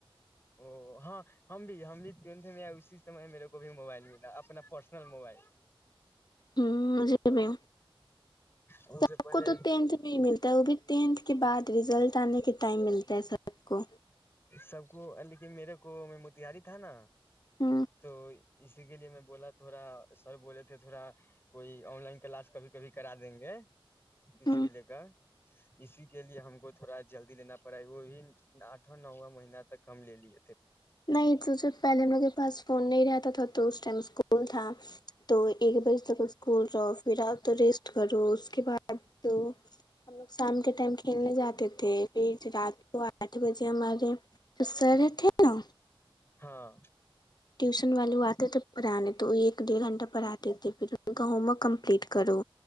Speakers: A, on the left; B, on the left.
A: او ہاں ہم بھی ہم بھی ٹوھ میں آئے اسی سمے میرے کو بھی موبائل ملا اپنا پرسنل موبائل
B: ہ مجے بھی
A: اس
B: سب
A: سے پہلے
B: کو تو ٹینتھ میں ہی ملتا ہے وہ بھی ٹینھ اس کے بعد ریزلٹ آنے کے ٹائم ملتا ہے سر سو
A: سب کو لیکن میرے کو میں موتہاری تھا نا
B: ہ
A: تو اس اسی کے لیے میں بولا تھوڑا سر بولے تھے تھوڑا کوئی آن لائن کلاس کبھی کبھی کرا دیں گے کسی
B: ہ
A: کو لے کر اسی کے لیے ہم کو تھوڑا جلدی لینا پڑا ہے وہ بھی اھ نواں مہینہ تک کم ل لیی ہے
B: نہیں توھے پہلے انوگ کے پس فون نہیں رہتا تھا تو اس ٹائم اسکول تھا تو ایک بجے تک اسکول رہو پھر آؤ تو ریسٹ کرو اس کے بعد ہم لوگ شام کے ٹائم کھیلنے جاتے تھے پھر رات کو آٹھ بجے ہمارے جو سر تھے کتا
A: ہاں
B: ٹیوشن والے آتے تھ پرانی تو ایک ڈیڑھ گھنٹہ پڑھاتتے تھے پھر ان کا ہوم ورک کمپلیٹ کرو